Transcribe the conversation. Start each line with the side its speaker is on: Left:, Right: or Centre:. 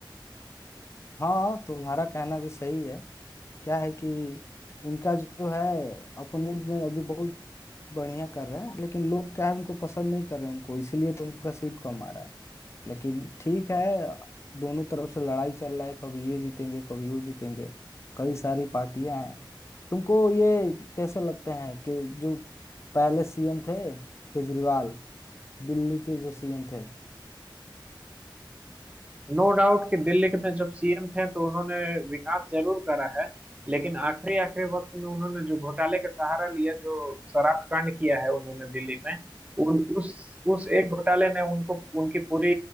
Left: हाँ तुम्हारा कहना भी सही है क्या है कि इनका जो है अपोनेंट में अभी बहुत बढ़िया कर रहे हैं लेकिन लोग क्या है उनको पसंद नहीं कर रहे हैं उनको इसीलिए तो उनका सीट कम आ रहा है लेकिन ठीक है दोनों तरफ से लड़ाई चल रहा है कभी ये जीतेंगे कभी वो जीतेंगे कई सारी पार्टियां हैं तुमको ये कैसे लगते हैं कि जो पहले सीएम थे केजरीवाल दिल्ली के जो सीएम थे
Right: नो डाउट कि दिल्ली के में जब सीएम थे तो उन्होंने विकास जरूर करा है लेकिन आखिरी आखिरी वक्त में उन्होंने जो घोटाले का सहारा लिया जो शराब कांड किया है उन्होंने दिल्ली में उन उस उस एक घोटाले ने उनको उनकी पूरी